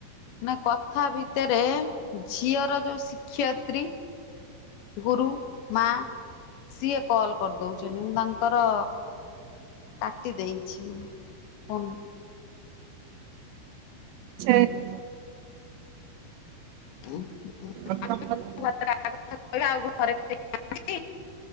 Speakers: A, on the left (about 70°); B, on the right (about 80°).
A: ନା କଥା ଭିତରେ ଝିଅର ଯୋଉ ଶିକ୍ଷୟତ୍ରୀ ଗୁରୁ ମା ସିଏ କଲ୍ କରିଦଉଛନ୍ତି। ମୁଁ ତାଙ୍କର କାଟି ଦେଇଛି ଫୋନ୍।
B: ସେଛ <inaudible>
A: ହ <inaudible>
B: ଆଛ ଆମ <inaudible>
A: ଘ କଥା କହ ଆଉ ଘରେ <inaudible>